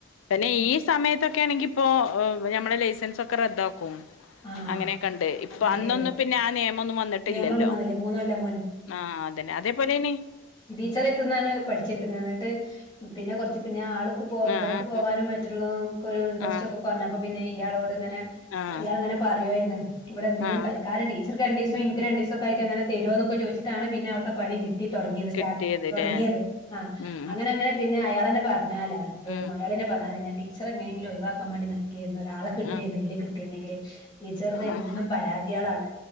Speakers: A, on the left; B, on the left.
A: പിന്നെ ഈ സമയത്തൊക്കെ ആണെങ്കിപ്പോ നമ്മളെ ലൈസൻസൊക്കെ റദ്ദാക്കും
B: ആഹ്
A: അങ്ങനെയൊക്കെണ്ട് ഇപ്പൊ
B: അങ്ങനെയൊക്കെണ്ട്
A: അന്നൊന്നും പിന്നെ ആ നിയമൊന്നും വന്നിട്ടില്ലല്ലോ
B: നിയമൊന്നും വന്നില്ല മൂന്ന് കൊല്ലം
A: ആഹ് അതന്നെ അതേപോലെ ഇനി
B: ടീച്ചറെത്തുന്നാണ് പഠിച്ചെത്തുന്നത് എന്നിട്ട് പിന്നെ കുറച്ച് പിന്നെ ആൾ ഉപ്പൊ ദുബായിക്ക്
A: ആഹ്
B: പോകാനും
A: ആഹ്
B: മറ്റുള്ളതൊക്കെ ഒരു ഇൻടറസ്റ്റ്
A: ആഹ്
B: ഒക്കെ കുറഞ്ഞപ്പൊ പിന്നെ ഇയാളോട് ഇങ്ങനെ
A: ആഹ്
B: ഇയാൾ ഇങ്ങനെ പറയുവായിരുന്നു ഇവിടെ എന്തെങ്കിലും
A: ആഹ്
B: തൽക്കാലം ടീച്ചർക്ക് ഇൻക്ക് രണ്ടീസം ഒക്കെ ആയി അങ്ങനെ തരുമോന്നൊക്കെ ചോദിച്ചിട്ടാണ് പിന്നെ അവിടെ പണി കിട്ടി തുടങ്ങിയത് സ്റ്റാർ
A: കിട്ടിയത്
B: തുടങ്ങിയത്
A: ല്ലേ
B: ആഹ്
A: ഉം
B: അങ്ങനെ അങ്ങനെ പിന്നെ അയാളെന്നെ പറഞ്ഞാലാ എന്ത്‌
A: ഉം
B: മൊയലാളി ന്നെ പറഞ്ഞാല ഞാൻ ടീച്ചർ എങ്ങനെങ്കിലും ഒഴിവാക്കൻ വേണ്ടി നി കേറുന്ന ഒരാളെ കിട്ടിരുന്നെങ്കിൽ
A: ഉം ആഹ്
B: ൽ ടീച്ചറത് എന്നും
A: ആഹ്
B: പരാതികളാണ്